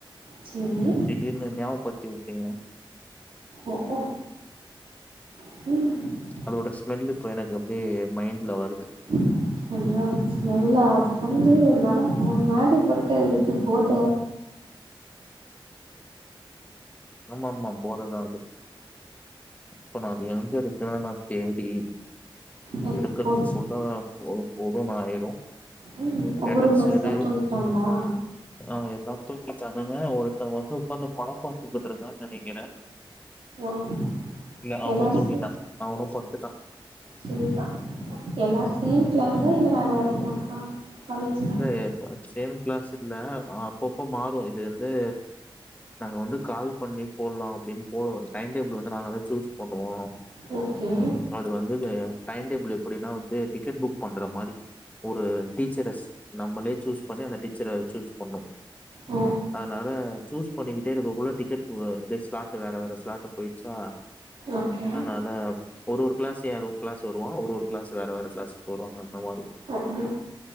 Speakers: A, on the right; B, on the left.
A: சரி சரி
B: திடீர்னு நியாபகபத்தி வுட் ஏ
A: அ ஆ ம்
B: அதோட ஸ்மெல்லு இப்ப எனக்கு அப்டியே மைண்ட்ல வருது
A: <unintelligible> நல்ல ஸ்மெல்ல அது வந்து நரம் முன்னாடிபட்டு இது போத
B: ஆமாமா போததா அது இப்ப நா அது எங்க இருக்கனு நா தேடி
A: எடுத்து
B: எடுக்கறதுக்குள்ள
A: போட்
B: போதுபோதுன்னு ஆயிரு
A: ம் உங்க
B: கிடைச்சிரு
A: ரூம்மெட்ஸ்ல்லா தூங்கிட்டாங்ளா
B: ஆ எல்லா தூங்கிட்டானுங்க ஒருத்த வந்து உக்காந்து படோ பாத்துக்கிட்டு இருக்கான்னு நெனைக்கிறே
A: ம்
B: இல்ல அவனு
A: எல்லாரு
B: தூங்கிட்டா அவனு படுத்துட்டா
A: சரிதா எல்லாரு சேம் கிளாஸா இல்ல வேற வேற கிளாஸா காலேஜ்ல
B: இல்ல சேம் கிளாஸ் இல்ல அப்பப்போ மாறு இது வந்து நாங்க வந்து கால் பண்ணி போட்லா அப்டின்னு போவோ டைம் டேபிள் வந்து நாங்கதா சூஸ் பண்ணுவோ
A: ஓகே
B: அது வந்து டைடேபிள் எப்டின்னா வந்து டிக்கெட் புக் பண்றா மாரி ஒரு டீச்சரஸ் நம்மளே சூஸ் பண்ணி அந்த டீச்சர்ற சூஸ் பண்ணு
A: ஓ
B: அதனால சூஸ் பண்ணிக்கிட்டே இருக்ககுள்ள டி க்கெட் அ த ஸ்லாட்டு வேற வேற ஸ்லாட்டு போய்ச்சா
A: ஓகே
B: அத்னால ஒரு ஒரு க்ளாஸ் ஏ ரூம் க்ளாஸ் வருவா ஒரு ஒரு க்ளாஸ் வேற வேற க்ளாஸ் வருவாங்க அந்த மாரி
A: ஒ அப்பிடி